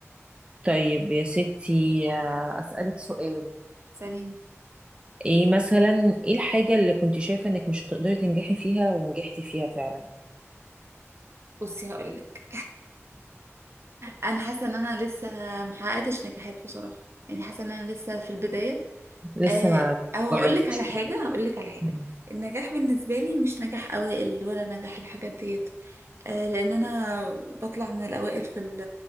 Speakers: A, on the right; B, on the right.
A: طيب يا ستي آه، اسالك سؤال
B: سليم
A: ايه مثلا ايه الحاجه اللي كنت شايفه انك مش هتقدري تنجحي فيها ونجحتي فيها فعلا
B: بصي هقولك انا حاسة ان انا لسه محققتش نجاحات بصراحة يعني حاسة ان انا لسه في البداية
A: لسه
B: آه
A: ما
B: او
A: جربتيش
B: هقولك على حاجة
A: فيها
B: هقولك على حاجة
A: مم.
B: النجاح بالنسبة لي مش نجاح اوائل ولا نجاح الحاجات ديت آه، لان انا بطلع من الاوائل في ال